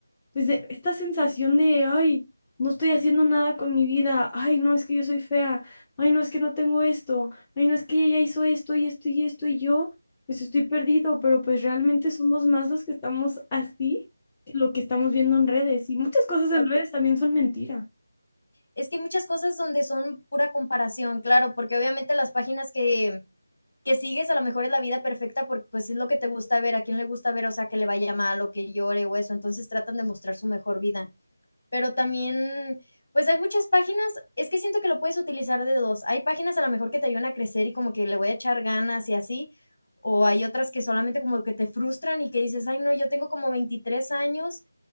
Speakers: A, on the left; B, on the left.
A: pues, de- esta sensación de, ay, no estoy haciendo nada con mi vida, ay, no, es que yo soy fea, ay, no, es que no tengo esto, ay, no, es que ella hizo esto y esto y esto y yo, pues estoy perdido, pero pues realmente somos más los que estamos así que lo que estamos viendo en redes. Y muchas cosas en redes también son mentira.
B: es que hay muchas cosas donde son pura comparación, claro, porque obviamente las páginas que, que sigues a lo mejor es la vida perfecta porque pues es lo que te gusta ver, a quién le gusta ver, o sea, que le vaya mal o que llore o eso, entonces tratan de mostrar su mejor vida pero también, pues hay muchas páginas, es que siento que lo puedes utilizar de dos. Hay páginas a lo mejor que te ayudan a crecer y como que le voy a echar ganas y así, o hay otras que solamente como que te frustran y que dices, ay, no, yo tengo como veintitrés años